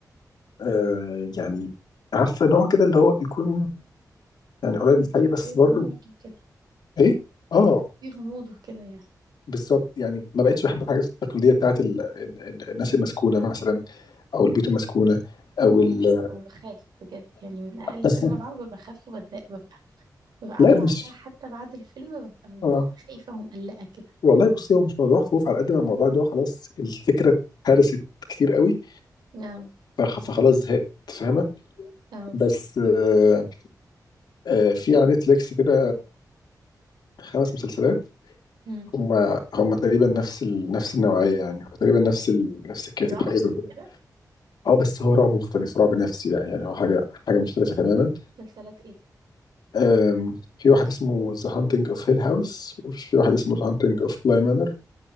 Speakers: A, on the left; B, on the right.
A: آه، يعني عارفه نوع كده اللي هو بيكون يعني قريب للحقيقة بس
B: في
A: برضه
B: غموض وكده
A: ايه اه
B: في غموض وكده يعني
A: بالظبط يعني ما بقتش بحب الحاجات التقليديه بتاعت ال... ال... ال- الناس المسكونه مثلا او البيوت المسكونه او
B: وانا
A: ال...
B: بخاف بجد يعني من اقل
A: <laughs>
B: فيلم رعب بخاف وبتضايق ببقى ببقى قاعدة
A: لا
B: بعدها
A: مش
B: حتى بعد الفيلم ببقى م-
A: اه
B: خايفة ومقلقة كده
A: والله بصي هو مش موضوع خوف على قد ما الموضوع اللي هو خلاص الفكره اتهرست كتير قوي
B: اه
A: فخ- فخلاص زهقت فاهمه
B: اه
A: بس آه، آه، في على نتفليكس كده خمس مسلسلات
B: امم
A: هم هم تقريبا نفس ال... نفس النوعيه يعني هو تقريبا نفس ال... نفس الكاتب
B: رعب
A: حاجه زي كده
B: كده
A: اه بس هو رعب مختلف رعب نفسي بقى يعني هو حاجه حاجه مختلفه تماما
B: مسلسلات ايه دي
A: آم، في واحد اسمه ذا هانتنج اوف هيل هاوس وفي واحد اسمه ذا هانتنج اوف بلاي مانر